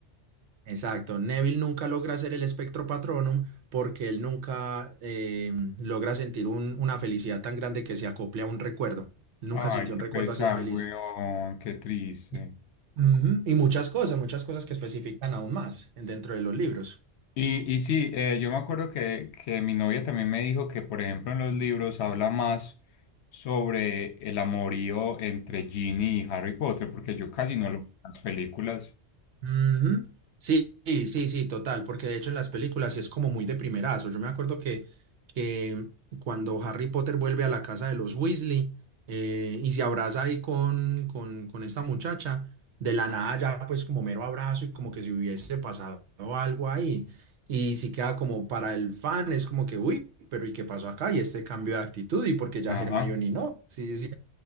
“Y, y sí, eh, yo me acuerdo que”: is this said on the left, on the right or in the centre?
Left